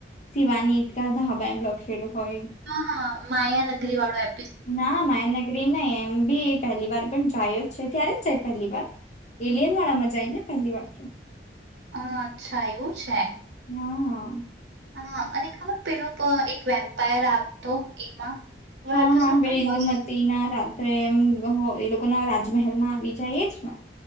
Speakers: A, on the left; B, on the right.
A: સિવાની દા ધાબા એમ લખેલું હોય
B: હા હા માયા નગરી વાળો એ
A: ના માહેનગરી ન એમ બી પહેલી વાર પણ જાય જ છે ત્યારે જ જાય પહેલી વાર એલિયન વાળા માં જાય ને ધન્યવાદ
B: હ અચ્છા એવું છે
A: હા
B: હા અને ખબર પેલોું એક વેમ્પાયર આવતો એમાં એવો
A: હા
B: એપિસોડ
A: હા બેળિંદ
B: પણ મસ્ત
A: મતીના
B: હતો.
A: રાત્રે એમ કોકના રાજમહેલ માં બીજા એ જ ને